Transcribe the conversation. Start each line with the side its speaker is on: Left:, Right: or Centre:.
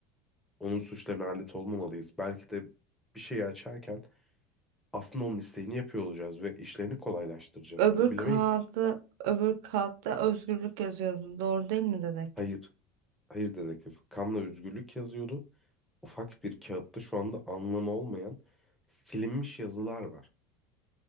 Centre: Onun suçlarına alet olmamalıyız. Belki de bir şeyi açarken aslında onun isteğini yapıyor olacağız ve işlerini kolaylaştıracağız.
Right: Öbür
Centre: Bunu bilemeyiz.
Right: kağıdı, öbür kağıtta özgürlük yazıyordu. Doğru değil mi dedektif?
Centre: Hayır, hayır dedektif. Kanla özgürlük yazıyordu. Ufak bir kağıtta şu anda anlamı olmayan silinmiş yazılar var.